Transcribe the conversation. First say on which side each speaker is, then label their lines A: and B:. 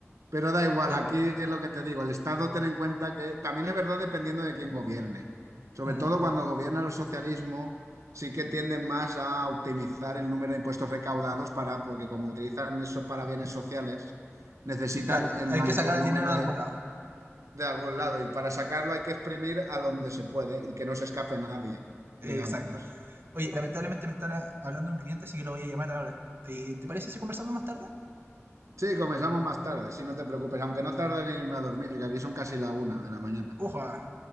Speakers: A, on the right (about 85°); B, on the right (about 50°).
A: Pero da igual,
B: Er-
A: aquí es lo que te digo, el Estado ten en cuenta que también es verdad dependiendo de quién gobierne. Sobre
B: Mm,
A: todo cuando gobierna el socialismo, sí que tienden más a optimizar el número de impuestos recaudados para, porque como utilizan eso para bienes sociales, necesitan
B: Claro,
A: el
B: hay
A: mayor
B: que sacar
A: número
B: el dinero de algún
A: de,
B: lado.
A: de algún lado. Y para sacarlo hay que exprimir a donde se puede y que no se escape nadie,
B: Exacto.
A: digamos.
B: Oye, lamentablemente me estará hablando un cliente, así que lo voy a llamar ahora. Eh, ¿Te parece si conversamos más tarde?
A: Sí, comenzamos más tarde, si no te preocupes, aunque no tarde en irme a dormir, que aquí son casi la una de la mañana.
B: Uja.